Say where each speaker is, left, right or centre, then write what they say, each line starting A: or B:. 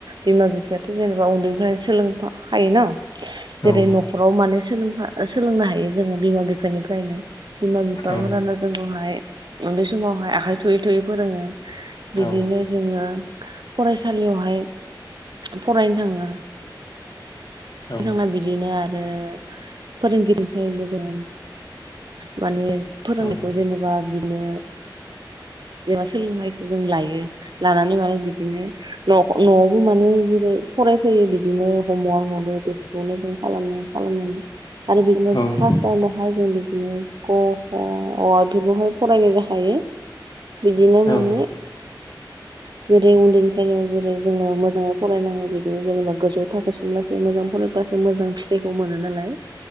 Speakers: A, on the right; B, on the left.
A: बिमा बिफायाथ जेनेबा उन्दैनिफ्रायनो सोलों हायोन जेरै
B: औ
A: न खराव मा सोलोंफा सोलोंनो हायो जोङो बिमा बिफा बिफोरनिफ्रायनो बिमा बिफाफोरानो
B: औ
A: जोंखौहाय उन्दै समावहाय आखाय थुयै थुयै फोरोङो बिदिनो
B: औ
A: जोङो फरायसालियावहाय फरायनो थाङो
B: औ
A: दना बिदिनो आरो फोरोंगिरिनिफ्रायबो जों माने फोरोंनायखौ
B: औ
A: जेनेबा बि नो जेनबा सोलोंनायखौ जों लायो। <unintelligible> लानानै माने बिदिनो न नआवबो माने जेरै फरायफैयो बिदिनो हमवार्क हरो बेखौनो जों खालामो खालामनानै आरो बिदिनो
B: उम
A: फार्स्ट टाइमावहाय जों बि <unintelligible> क ख अ आ बेफोरखौहाय फरायनाय जाखायो बिदिनो
B: औ
A: माने जेरै उन्दैनिफ्रायनो जेरै जोङो मोजाङै फरायनांगौ बिदिनो जेनेबा गोजौ थाखोसिम लासै मोजां फरायब्लासो मोजां फिथाइखौ मोनो नालाय